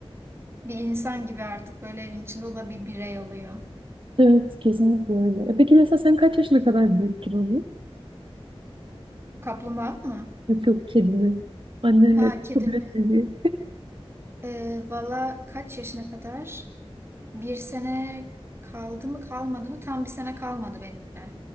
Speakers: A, on the right; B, on the right.
A: Bir insan gibi artık böyle evin içinde o da bir birey oluyor.
B: Evet, kesinlikle öyle. E peki mesela sen kaç yaşına kadar büyüttün onu?
A: Kaplumbağa mı?
B: Yok yok kedini. Annenle
A: Ha kedim.
B: kabul etmedi.
A: Ee, valla kaç yaşına kadar? Bir sene kaldı mı kalmadı mı? Tam bir sene kalmadı benimle.